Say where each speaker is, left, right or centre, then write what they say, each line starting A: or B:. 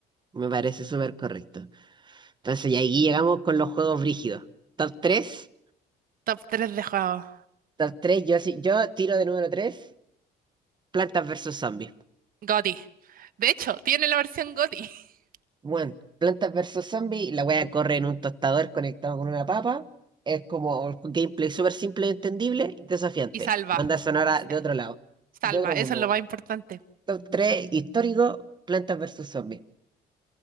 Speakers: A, on the right; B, on the right.
A: Me parece súper correcto. Entonces, y aquí llegamos con los juegos brígidos. Top tres
B: Top 3 de juegos.
A: top tres yo, sí- yo tiro de número tres plantas versus zombies.
B: GOTY. De hecho, tiene la versión GOTY. <laughs>
A: Bueno, Plantas versus Zombies, la wea corre en un tostador conectado con una papa. Es como un gameplay súper simple, entendible y desafiante.
B: Y salva.
A: Banda sonora
B: Y sa-
A: de otro lado,
B: salva.
A: de otro
B: Eso
A: mundo.
B: es lo
A: weón.
B: más importante.
A: Top 3 histórico, Plantas versus Zombies.